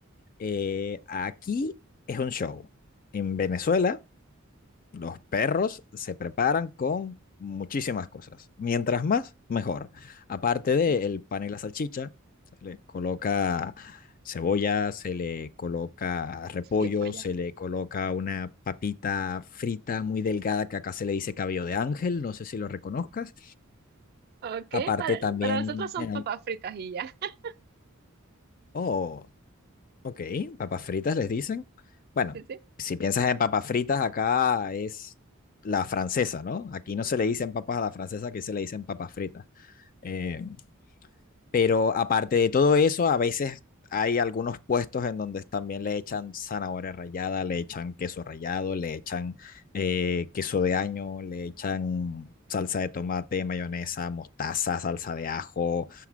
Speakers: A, on the left; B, on the right.
A: Eh, aquí es un show. En Venezuela los perros se preparan con muchísimas cosas. Mientras más, mejor. Aparte del
B: Mm,
A: pan y la salchicha, se le coloca cebolla, se le coloca repollo,
B: Sí, pues ya.
A: se le coloca una papita frita muy delgada que acá se le dice cabello de ángel, no sé si lo reconozcas.
B: Ok,
A: Aparte
B: para,
A: también,
B: para nosotros son
A: en
B: papas
A: al-
B: fritas y ya. <laughs>
A: oh, Ok, papas fritas les dicen. Bueno,
B: Sí, sí.
A: si piensas en papas fritas, acá es la francesa, ¿no? Aquí no se le dicen papas a la francesa, aquí se le dicen papas fritas. Eh, pero aparte de todo eso, a veces hay algunos puestos en donde también le echan zanahoria rallada, le echan queso rallado, le echan eh, queso de año, le echan salsa de tomate, mayonesa, mostaza, salsa de ajo,